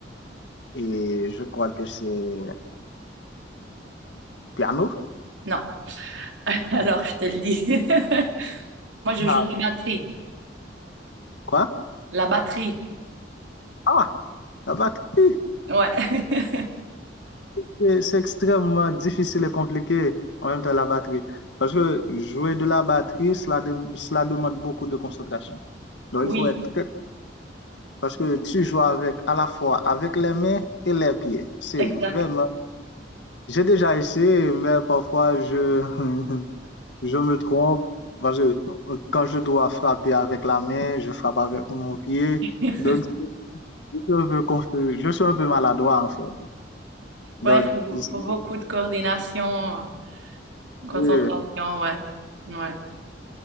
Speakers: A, on the left (about 75°); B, on the right (about 85°).
A: et je crois que c'est piano.
B: Non. <laughs> Alors je te le dis. <laughs> Moi je joue
A: Ah,
B: de la batterie.
A: Quoi?
B: La batterie.
A: Ah, la batterie.
B: Ouais.
A: C'est c'est extrêmement difficile et compliqué en même temps la batterie. Parce que jouer de la batterie, cela, dem- cela demande beaucoup de concentration. Donc
B: <laughs> Oui,
A: il faut être très... Parce que tu joues avec à la fois avec les mains et les pieds. C'est
B: exact.
A: vraiment... J'ai déjà essayé, mais parfois je, <laughs> je me trompe. Parce que quand je dois frapper avec la main, je frappe avec mon pied.
B: <laughs>
A: Donc je suis un peu confus. Je suis un peu maladroit en fait. Donc,
B: Ouais, faut,
A: je suis
B: faut beaucoup de coordination, concentration,
A: confus.
B: ouais. Ouais.